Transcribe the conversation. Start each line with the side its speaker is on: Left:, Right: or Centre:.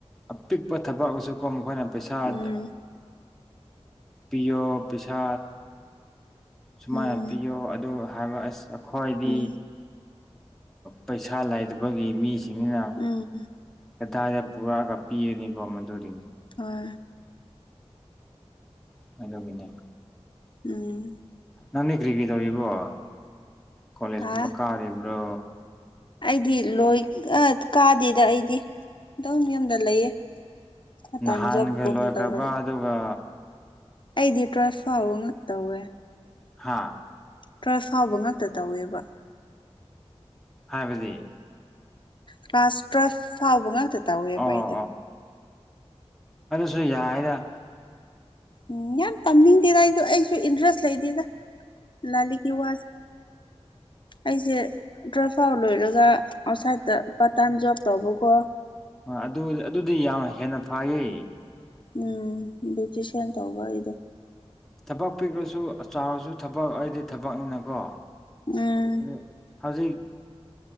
Centre: ꯑꯄꯤꯛꯄ ꯊꯕꯛꯑꯁꯨꯀꯣ ꯃꯈꯣꯏꯅ ꯄꯩꯁꯥꯗ
Left: ꯎꯝ
Centre: ꯄꯤꯌꯣ ꯄꯩꯁꯥ ꯁꯨꯃꯥꯏꯅ
Left: ꯎꯝ
Centre: ꯄꯤꯌꯣ ꯑꯗꯨ ꯍꯥꯏꯕ ꯑꯁ ꯈ꯭ꯋꯥꯏꯗꯤ
Left: ꯎꯝ
Centre: ꯄꯩꯁꯥ ꯂꯩꯇꯕꯒꯤ ꯃꯤꯁ ꯁꯤꯡꯁꯤꯅ
Left: ꯎꯝ
Centre: ꯀꯗꯥꯏꯗ ꯄꯨꯔꯛꯑꯒ ꯄꯤꯒꯅꯤꯀꯣ ꯃꯗꯨꯗꯤ
Left: ꯍ
Centre: ꯀꯗꯧꯒꯤꯅꯦ
Left: ꯎꯝ
Centre: ꯅꯪꯅꯦ ꯀꯔꯤ ꯀꯔꯤ ꯇꯧꯔꯤꯕꯣ ꯑ ꯀꯣꯂꯦꯖꯀꯨꯝꯕ
Left: ꯑ
Centre: ꯀꯥꯔꯤꯕ꯭ꯔꯣ
Left: ꯑꯩꯗꯤ ꯂꯣꯏ ꯀꯥꯗꯦꯗ ꯑꯩꯗꯤ ꯑꯗꯨꯝ ꯌꯨꯝꯗ ꯂꯩꯌꯦ ꯑ
Centre: ꯅꯍꯥꯟꯒ
Left: ꯇꯥꯏꯖꯣꯕ ꯀꯣ
Centre: ꯂꯣꯏꯈ꯭ꯔꯕ
Left: ꯃꯤ ꯇꯔꯣꯒ
Centre: ꯑꯗꯨꯒ
Left: ꯑꯩꯗꯤ ꯇ꯭ꯔꯥꯟꯁꯐꯥꯕ ꯉꯥꯛ ꯇꯧꯋꯦ
Centre: ꯍꯥꯥ
Left: ꯇ꯭ꯋꯦꯜꯐ ꯐꯥꯎꯕ ꯉꯛꯇ ꯇꯧꯋꯦꯕ
Centre: ꯍꯥꯏꯕꯤꯗꯤ
Left: ꯀ꯭ꯂꯥꯁ ꯇ꯭ꯋꯦꯜꯐ ꯐꯥꯎꯕ ꯉꯇ ꯇꯧꯋꯦꯕ
Centre: ꯑꯣ
Left: ꯑꯩꯗꯣ
Centre: ꯁꯨ ꯌꯥꯏꯗ
Left: ꯎꯝ ꯌꯥꯝ ꯇꯝꯅꯤꯡꯗꯦꯗ ꯑꯩꯁꯨꯣ ꯑꯩꯁꯨ ꯏꯟꯇꯔꯦꯁ ꯂꯩꯗꯦꯗ ꯂꯥꯂꯤꯛꯀꯤ ꯋꯥꯁꯦ ꯑꯩꯁꯦ ꯗ꯭ꯔ ꯐ ꯂꯣ ꯑꯗꯨꯒ ꯑꯥꯎꯠꯁꯥꯏꯗꯠꯇ ꯄꯥꯔꯠ ꯇꯥꯏꯝ ꯖꯣꯕ ꯇꯧꯕꯀꯣ
Centre: ꯑꯗꯨ ꯑꯗꯨꯗꯤ ꯌꯥꯝ ꯍꯦꯟꯅ ꯐꯥꯏꯌꯦ
Left: ꯎꯝ ꯕ꯭ꯌꯨꯇꯁꯤꯌꯥꯟ ꯇꯧꯕ ꯑꯩꯗꯣ
Centre: ꯊꯕꯛ ꯄꯤꯈ꯭ꯔꯁꯨ ꯆꯥꯎꯔꯁꯨ ꯊꯕꯛ ꯑꯩꯗꯤ ꯊꯕꯛꯅꯤꯅꯀꯣ
Left: ꯎꯝ
Centre: ꯑꯗꯨ ꯍꯧꯖꯤꯛ